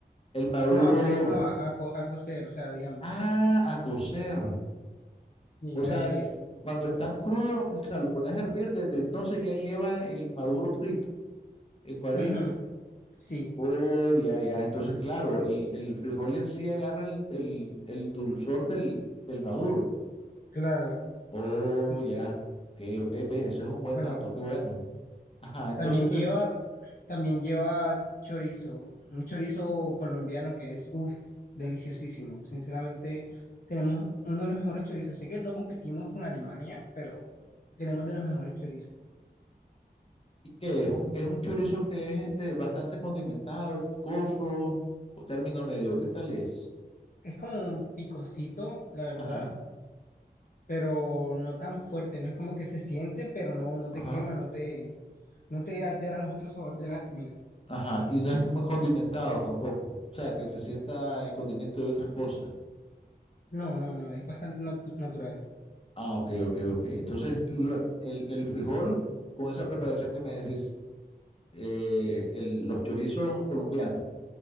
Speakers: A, on the left; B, on the left.
A: el maduro.
B: No, a freír, no, a, a co- a cocer, o sea, digamos,
A: Ah, a cocer.
B: y
A: O
B: a
A: sea,
B: hervir.
A: cuando están crudos, o sea, lo pones a hervir, desde entonces ya lleva el maduro frito, en cuadritos.
B: Ujú, Sí,
A: Oh, ya, ya. Entonces, claro, el, el frijol en sí agarra el, el, el dulzor del, del maduro.
B: claro.
A: Oh,
B: Y
A: ya. Ok, ok, ve, ese es un buen
B: bueno,
A: dato, qué bueno. Ajá, entonces,
B: también
A: pero,
B: lleva, también lleva chorizo, un chorizo colombiano que es, uff, deliciosísimo. Sinceramente, tenemos uno de los mejores chorizos. Sé que no competimos con Alemania, pero tenemos de
A: ¿Mm?
B: los mejores chorizos.
A: ¿y qué? Es un, es un chorizo que es este bastante condimentado, es picoso, o término medio, ¿qué tal es?
B: Es como un picocito, la verdad,
A: Ajá,
B: pero no tan fuerte, no es como que se siente, pero no, no
A: ajá.
B: te quema, no te, no te altera los otros sabores de la comida.
A: Ajá, y no es muy condimentado tampoco. O sea, que se sienta el condimento de otras cosas.
B: No, no, no, es bastante natu- natural.
A: Ah, ok, ok, ok. Entonces, lo- el, el frijol, con esa preparación que me decís, eh, el- los chorizos colombianos,